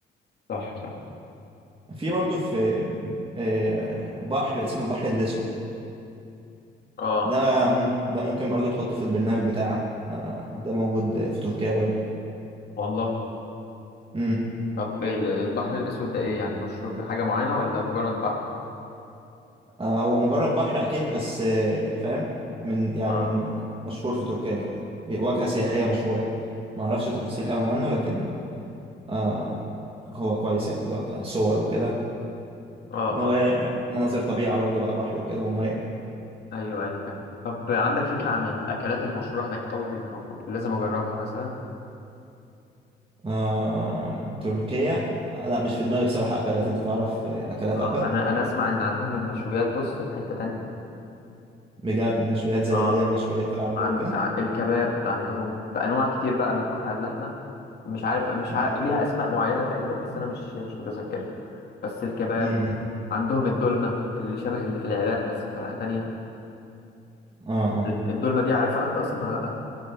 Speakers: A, on the left; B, on the right.
A: صح صح
B: في برضه في آه بحر اسمه البحر الأسود
A: اه
B: ده ممكن ده ممكن برضه تحطه في البرنامج بتاعك آه ده موجود في تركيا برضه
A: والله
B: مم.
A: طب البحر الاسود ده ايه يعني مشهور بحاجه معينه ولا مجرد بحر
B: آه، هو مجرد بحر اكيد بس آه، فاهم من يعني
A: اه
B: من مشهور في تركيا يعني واجهة سياحية مشهورة يعني. ما اعرفش تفاصيل قوي عنه لكن آه هو كويس يعني اللي هو كصور وكده
A: اه
B: ومناظر
A: اه
B: طبيعة برضو بقى بحر وكده ومية
A: ايوه ايوه فاهم طب عندك فكرة عن الاكلات المشهورة هناك او اللي المفروض لازم اجربها مثلا
B: آه تركيا لا مش في دماغي بصراحة اكلات انت تعرف آه، اكلات
A: اه
B: او كده
A: انا انا اسمع ان عندهم المشويات بص في حتة تانية
B: بجد مشويات زي
A: اه
B: اللي هي المشويات العربية
A: عند
B: وكده
A: ع- الكباب عندهم بانواع كتير بقى من قطع اللحمة مش عارف مش
B: م-
A: عارف ليها اسماء معينة تقريبا بس انا مش مش متذكر بس الكباب
B: م- م.
A: عندهم الدولمة اللي شبه اللي في العراق بس بطريقة تانية
B: اه اه
A: الد- الدولمة دي عارفها انت اصلا ولا لا